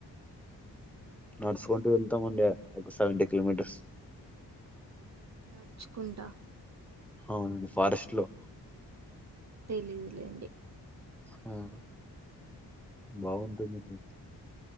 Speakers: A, on the right; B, in the centre.
A: మ్మ్
B: నడుచుకుంటూ వెళ్తామండి ఒక సెవెంటీ కిలోమీటర్స్
A: నడుచుకుంటా
B: అవునండి ఫారెస్ట్ లో
A: తెలీదులేండి
B: మ్మ్ బాగుంటుందండి